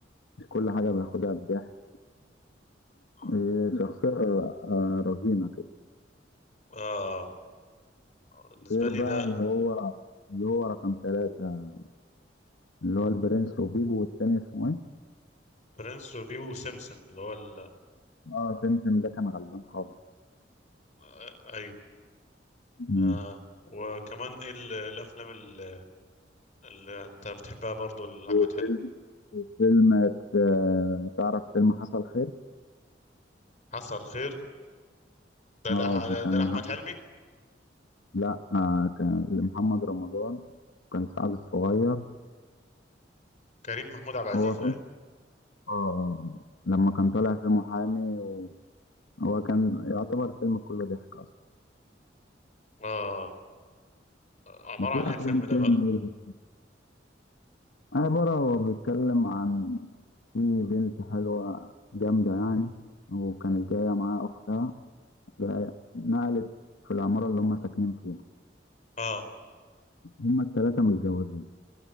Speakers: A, on the left (about 85°); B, on the left (about 45°).
A: مش كل حاجة بياخدها بضحك
B: اه
A: إيه، شخصية آه، رزينة كده
B: آه. بالنسبة
A: غير
B: لي
A: بقى
B: ده
A: اللي هو اللي هو رقم ثلاثة اللي هو البرنس وبيبو والتاني اسمه إيه؟
B: برنس وبيبو وسمسم اللي هو ال...
A: اه تمتم ده كان غلبان خالص
B: آه، أيوه
A: مم.
B: آه. وكمان ايه ال- الأفلام اللي, اللي أنت بتحبها برضو لأحمد
A: وفيلم
B: حلمي
A: فيلم آه، تعرف فيلم حصل خير
B: حصل خير ده
A: اه
B: لأح... ده
A: كان
B: لأحمد
A: محمد
B: حلمي
A: لا آه كان محمد رمضان كان سعد الصغير
B: كريم محمود عبد العزيز
A: هو فيلم
B: باين
A: اه لما كان طالع في محامي وهو كان يعتبر فيلم كله ضحك اصلا
B: آه عبارة
A: وفي
B: عن إيه
A: افلام
B: الفيلم ده
A: تاني
B: بقى
A: برضه عبارة هو بيتكلم عن في بنت حلوة جامدة يعني وكانت جاية معاها أختها جا- نقلت في العمارة اللي هم ساكنين فيها
B: آه
A: هم التلاتة متجوزين